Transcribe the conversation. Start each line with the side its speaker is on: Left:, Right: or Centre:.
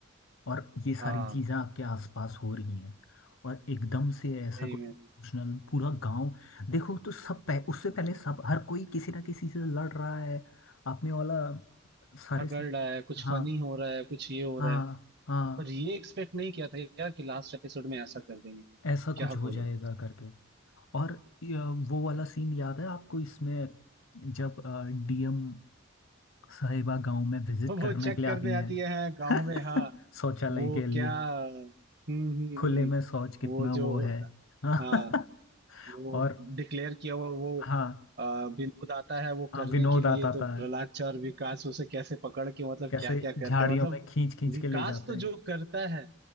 Left: और ये सारी
Right: हाँ
Left: चीजें आपके आसपास हो रही हैं और एकदम से ऐसा
Right: सही
Left: कुछ
Right: में
Left: इमोशनल पूरा गांव देखो तो सब पह, उससे पहले सब हर कोई किसी ना किसी से लड़ रहा है आपने वाला सारे
Right: झगड़
Left: सी
Right: रहा है कुछ
Left: हाँ
Right: फनी हो रहा है कुछ ये हो
Left: हाँ
Right: रहा है
Left: हाँ
Right: पर ये एक्सपेक्ट नहीं किया था यार कि लास्ट एपिसोड में ऐसा कर देंगे
Left: ऐसा
Right: क्या
Left: कुछ हो
Right: बोलो
Left: जाएगा करके और ये वो वाला सीन याद है आपको इसमें जब डीएम साहिबा गांव में विजिट
Right: वो
Left: करने
Right: चेक
Left: के लिए
Right: करने
Left: आती हैं
Right: आती है हाँ, गाँव में हाँ
Left: <laughs> शौचालय
Right: वो
Left: के लिए
Right: क्या हम्म हम्म हम्म,
Left: खुले में शौच कितना
Right: वो जो
Left: वो
Right: होता
Left: है <laughs>
Right: हाँ वो
Left: और
Right: डिक्लेयर किया हुआ वो
Left: हाँ
Right: अ, विनोद आता है वो
Left: हाँ
Right: करने
Left: विनोद
Right: के लिए
Left: आता
Right: तो
Left: था
Right: प्रहलाद चा और विकास उसे कैसे पकड़ के मतलब
Left: कैसे
Right: क्या क्या करते
Left: झाड़ियों
Right: हैं मतलब
Left: में खींच खींच
Right: विकास
Left: के ले जाते
Right: तो
Left: हैं
Right: जो करता है